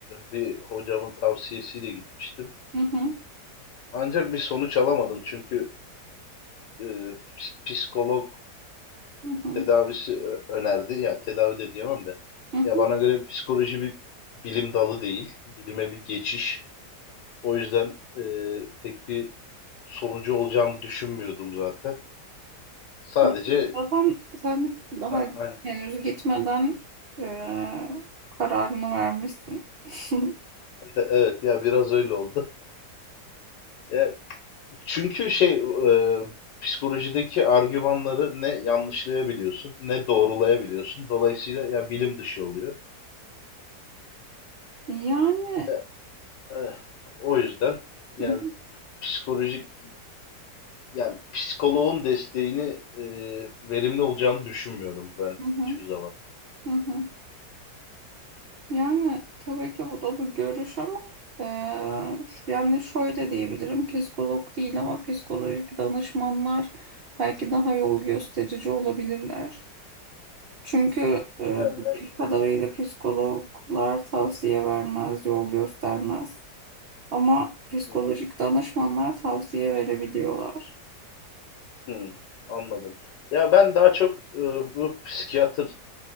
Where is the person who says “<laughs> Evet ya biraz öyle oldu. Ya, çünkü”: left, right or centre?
Left